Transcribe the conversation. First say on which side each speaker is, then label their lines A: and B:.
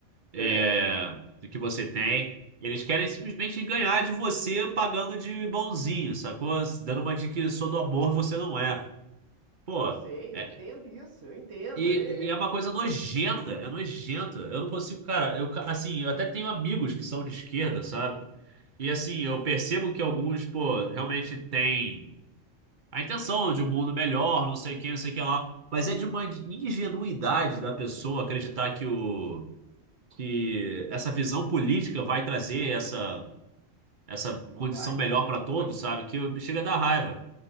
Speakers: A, on the right; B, on the right.
A: é,
B: É.
A: do que você tem. Eles querem simplesmente ganhar de você pagando de bonzinho, sacou? Dando uma de que sou do amor, você não é. Pô,
B: Eu sei,
A: é-
B: eu entendo isso, eu entendo.
A: e,
B: É,
A: e é uma
B: é-
A: coisa nojenta, é nojenta. Eu não consigo, cara, eu, ca- assim, eu até tenho amigos que são de esquerda, sabe? E assim, eu percebo que alguns, pô, realmente têm a intenção de um mundo melhor, não sei o que, não sei o que lá. Mas é de uma ingenuidade da pessoa acreditar
B: É.
A: que o que essa visão política vai trazer essa, essa
B: Não
A: condição
B: vai.
A: melhor para todos, sabe? Que eu- chega a dar raiva.